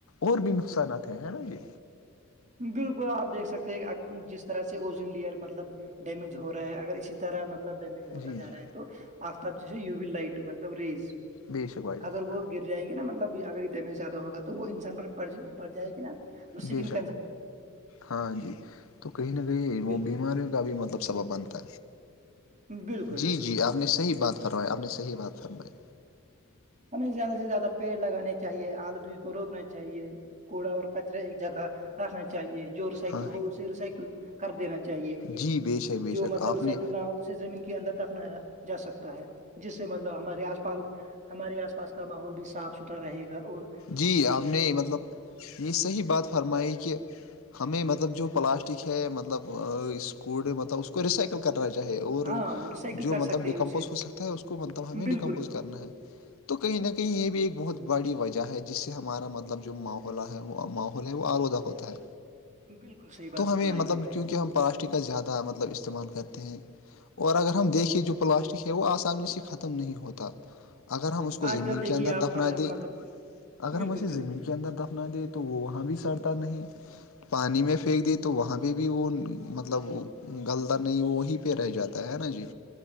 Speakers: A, on the left; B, on the right.
A: اور بھی نقصانات ہیں ہے نا ج
B: بالکل آپ دیکھ سکتے ہیں جس طرح سے اوزن لیئر مطلب ڈیمیج ہو رہا ہے اگر اسی طرح مطلب ڈیمیج ہوتا
A: جی
B: جا
A: جی
B: رہا ہے تو آجتاب جیس یو ول لائٹ مطلب ریز
A: بے شک بھائی جان
B: اگر وہ گر جائے گی نا مطلب اگر یہ ڈیمیج زیادہ ہوگا تو وہ انسان پر پڑ جائے گی نا تو سیکن
A: بے ہاں جی تو کہیں نہ کہیں
B: بالکل
A: وہ بیماریوں کا بھی مطلب سبب بنتا
B: بالکل
A: جی
B: بالکل
A: جی آپ نے صحیح بات فرمائی آپ نے صحیح بات فرمائی
B: ہمیں زیادہ سے زیادہ پیڑ لگانے چاہیے آلودگی کو روکنا چاہیے کوڑا اور کچرا ایک جگہ رکھنا چاہیے جو ریسائیکل
A: ہاں
B: ہو اسے ریسائکل کر دینا چاہ چاہیے
A: جی بے شک بے
B: جو
A: شک
B: مطلب
A: آپ
B: ریسائکل
A: نے
B: نہ ہو اسے زمین کے اندر ر جا سکتا ہے جس سے مطلب ہمارے آس پاس ہمارے آس پاس کا ماحول بھی سب صاف ستھرا رہے گا اور
A: جی آپ نے مطلب یہ صحیح بات فرمائی کہ ہمیں مطلب جو پلاسٹک ہے مطلب اس کوڑے مطلب اس کو ریسائکل کرنا چاہے اور
B: ہاں ریسائیکل
A: جو
B: کر
A: مطلب
B: سکتے
A: ڈیکمپوز
B: ہیں اسے
A: ہو سکتا ہے اس کو مطلب ہمیں
B: بالکل
A: ڈیکمپوز
B: بالکل
A: کرنا
B: بالکل
A: ہے تو کہیں نہ کہیں یہ بھی ایک بہت بڑی وجہ ہے جس سے ہمارا مطلب جو ماحلہ ہے وہ ماحول ہے وہ آلودہ ہوتا ہے
B: بالکل صحیح بات
A: تو ہمیں
B: فرمائی
A: مطلب
B: میرے بھائی
A: کیونکہ ہم پلاسٹک کا زیادہ مطلب استعمال کرتے ہیں اور اگر ہم دیکھے جو پلاسٹک ہے وہ آسانی سے ختم نہیں ہوتا اگر ہم اس کو
B: آج
A: زمین
B: کل دیکھیے
A: کے اندر
B: آپ
A: دفنا
B: اگر ہم
A: دیں
B: مطلب
A: اگر
B: بالکل
A: ہم اسے
B: بالکل
A: زمین اندر دفنا دے تو وہاں بھی سڑتا نہیں پانی میں پھینک دیے تو وہاں پہ بھی وہ مطلب گلتا نہیں وہیں پہ رہ جاتا ہے نا جی